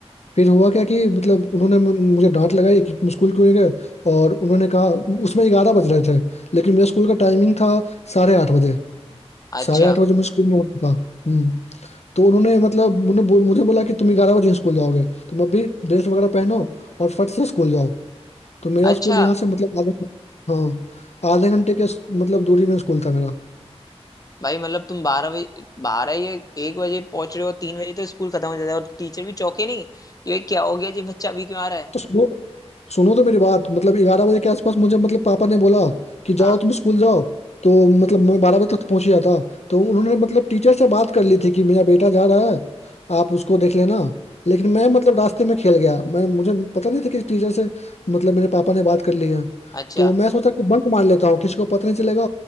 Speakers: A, on the left (about 75°); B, on the left (about 35°).
A: फिर हुआ क्या कि मतलब उन्होंने मु- मुझे डांट लगाई कि तुम स्कूल क्यों नहीं गए और उन्होंने कहा उसमें ग्यारह बज रहे थे लेकिन मेरा स्कूल का टाइमिंग था साढ़े आठ बजे
B: अच्छा
A: साढ़े आठ बजे मुझे स्कूल में होना था हम्म तो उन्होंने मतलब मुझे बो- मुझे बोला कि तुम ग्यारह बजे ही स्कूल जाओगे तुम अभी ड्रेस वगैरह पहनो और फट से स्कूल जाओ तो मेरा
B: अच्छा
A: स्कूल यहाँ से मतलब आधे हाँ आधे घंटे के स्क- मतलब दूरी में स्कूल था मेरा
B: भाई मतलब तुम बारह बजे बारह या एक बजे पहुंच रहे हो तीन बजे तो स्कूल खत्म हो जाता है और टीचर भी चौके नहीं कि भाई क्या हो गया जी बच्चा अभी क्यों आ रहा है
A: तो सुबह सुनो तो मेरी बात मतलब ग्यारह बजे के आसपास मुझे मतलब पापा ने बोला कि
B: हाँ
A: जाओ तुम स्कूल जाओ तो मतलब मैं बारह बजे तक तो पहुंच ही जाता तो उन्होंने मतलब टीचर से बात कर ली थी कि मेरा बेटा जा रहा है आप उसको देख लेना लेकिन मैं मतलब रास्ते में खेल गया मैं मुझे पता नहीं था कि टीचर से मतलब मेरे पापा ने बात कर ली है
B: अच्छा
A: तो मैं सोचा कि बंक मार लेता हूँ किसी को पता नहीं चलेगा